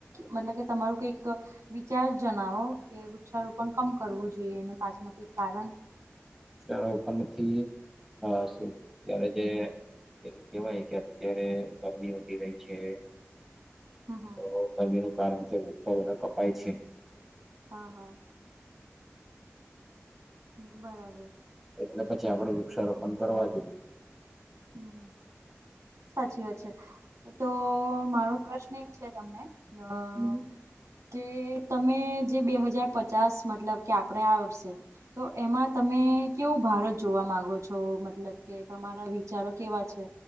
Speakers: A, on the right; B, in the centre.
A: મતલબ કે તમારું કઈક- - વિચાર જણાવો કે વૃક્ષારોપણ કમ કરવું જોઈએ એ પાછનું કોઈ કારણ- -
B: રોપણ નથી શું ત્યારે જે- - એવું કેહેવાય કે અત્યારે ગરમી વધી રહી છે.
A: હમ હમ
B: તો ગરમી નું કારણ છે વૃક્ષો બધા કપાય છે.
A: હા હા. હ બરાબર.
B: એટલે પછી આપડે વૃક્ષારોપણ કરવા જોઈએ. <inaudible>
A: હમ સાચી વાત છે તો મારો પ્રશ્ન એક છે તમને અ-
B: મે
A: - કે તમે જે બે હજાર પચાસ મતલબ કે આપણે આવશે. તો એમાં તમે કેવું ભારત જોવા મામાંગો છો મતલબ? કે તમારા વિચારો કેવા છે?